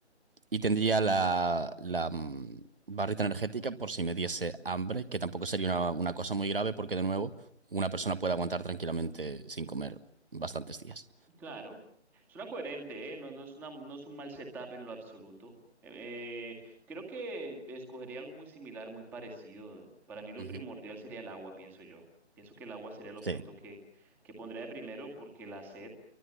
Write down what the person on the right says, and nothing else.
y tendría la, la, mm, barrita energética por si me diese hambre, que tampoco sería una, una cosa muy grave, porque de nuevo, una persona puede aguantar tranquilamente sin comer bastantes días.
Ujú.
Sí.